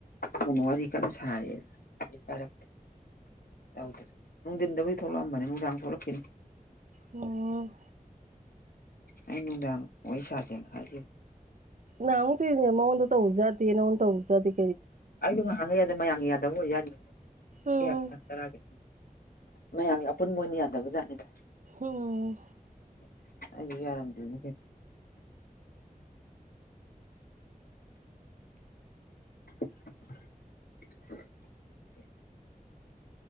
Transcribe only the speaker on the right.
ꯎꯝ
ꯅ ꯇꯤ ꯅꯃ ꯑꯣꯟ ꯍꯧꯖꯥꯤꯩꯅꯣ ꯑꯣꯟ ꯍꯧꯖꯥꯇꯤ
ꯎꯝ
ꯑꯣꯝ